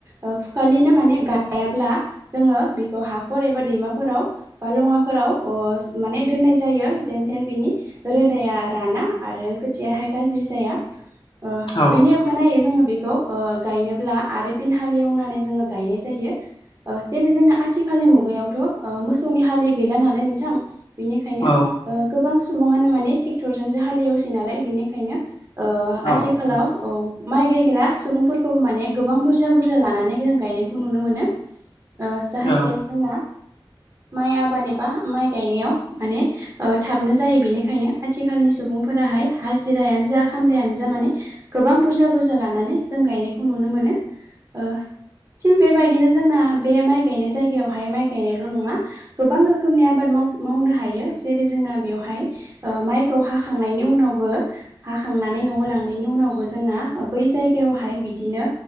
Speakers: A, on the right; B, on the left.
A: ओ फु खालिनो माने गायाब्ला जोंङो बेखौ हाखर एबा दैमाफोराव बा लंङाफोराव ओ सोमनानै दोननाय जायो जेन थेन बिनि रोदाया राना आरो खोथियाहाय गाज्रि जाया ओ
B: औ
A: बेनि अखानायै जोंङो बेखौ ओ गायनोब्ला आरो फिन हालिवनानै जोंङो गायनाय जायो ओ जेरै जोंना आथिखालनि मुगायावथ' ओ मोसौनि हालि गैला नालाय नोंथां। बिनिखायनो
B: औ
A: ओ गोबां सुंबुङानो माने थेक्टरजोंसो हालिवसै नालाय बिनिखायनो ओ आथिखालाव
B: औ नंगौ
A: औ माइ गायग्रा सुबुंफोरखौबो माने गोबां बुरजा बुरजा लानानै गोनां गायनायखौ नुनो मोनो ओ जाहाथे
B: औ
A: जोंना माइ आबाद एबा माइ गायनायाव माने ओ थाबनो जायो बेनिखायनो आथिखालनि सुबुं सुबुंफोराहाय हाजिरायानो जा खामलायानो जा माने गोबां बुरजा बुरजा लानानै जों गायनायखौ नुनो मोनो ओ थिग बेबायदिनो जोंना बे माइ गायनाय जायगायावहाय माइ गायनायल' नंङा गोबां रोखोमनि आबाद माव मावनो हायो जेरै जोंना बेयावहाय ओ माइखौ हाखांनायनि उनावबो हाखांनानै नै न'आव लांनायनि उनावबो जोंना ओ बै जाइगायावहाय बिदिनो